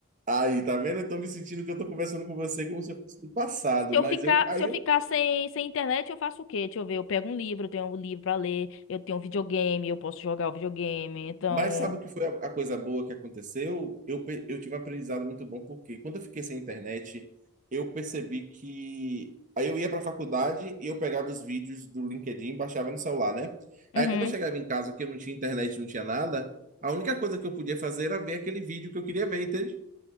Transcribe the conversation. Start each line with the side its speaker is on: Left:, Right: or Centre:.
Right: Aí, tá vendo? Eu tô me sentindo que eu tô conversando com você como se eu fosse do passado,
Left: Se eu
Right: mas
Left: ficar,
Right: eu, aí
Left: se eu
Right: eu,
Left: ficar sem, sem internet, eu faço o quê? Deixa eu ver, eu pego um livro, eu tenho um livro pra ler, eu tenho um videogame, eu posso jogar o videogame, então...
Right: mas sabe o que foi a, a coisa boa que aconteceu? Eu, pe- eu tive um aprendizado muito bom, porque quando eu fiquei sem internet, eu percebi que, aí eu ia pra faculdade e eu pegava os vídeos do LinkedIn e baixava no celular, né?
Left: Uhum.
Right: Aí quando eu chegava em casa, que eu não tinha internet, não tinha nada, a única coisa que eu podia fazer era ver aquele vídeo que eu queria ver, entende?